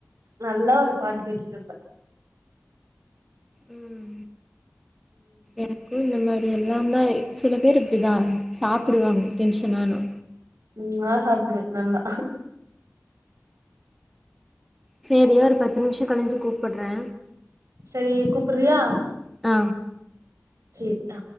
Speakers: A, on the right; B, in the centre.
A: நல்லா ஒரு பாட்டு கேட்டுட்டு இருப்பே
B: உம் ம் ம் இந்த மேரி எல்லாந்தா சில பேர் இப்டி தா சாப்டுவாங்க டென்ஷனானா
A: ம் நா சாப்டுவே நல்லா
B: சேரி ஒரு பத்து நிமிஷோ கழிஞ்சு கூப்புட்றே
A: செரி கூப்புட்றியா
B: ஆ
A: ச் செ ஆ